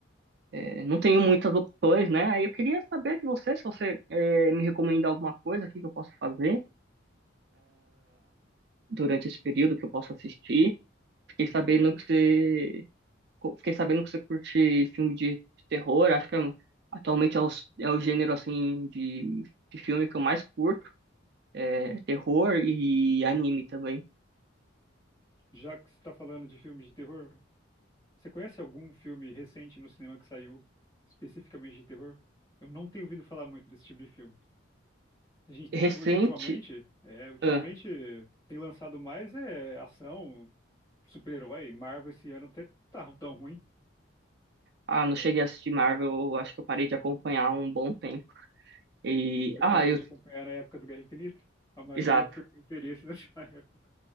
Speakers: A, on the right; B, on the left.
A: É, não tenho muitas opções, né? Aí eu queria saber de você, se você é, me recomenda alguma coisa, o que que eu posso fazer durante esse período que eu posso assistir. Fiquei
B: Recomendo,
A: sabendo que
B: sim.
A: você co- Fiquei sabendo que você curte filme de, de terror. Acho que é, um, atualmente é o, é o gênero assim de, de filme que eu mais curto. É terror e anime também.
B: Já que você está falando de filmes de terror, você conhece algum filme recente no cinema que saiu especificamente de terror? Eu não tenho ouvido falar muito desse tipo de filme. A gente,
A: Recente,
B: u- ultimamente, é, ultimamente
A: ah,
B: tem lançado mais é, ação, super-herói. Marvel esse ano até tá tão ruim.
A: ah, não cheguei a assistir Marvel. eu Acho que eu parei de acompanhar há um bom tempo. E
B: Você
A: ah,
B: parou
A: eu,
B: de acompanhar na época do Guerra Infinita? A maioria
A: exato,
B: é por interesse nessa <laughs> época.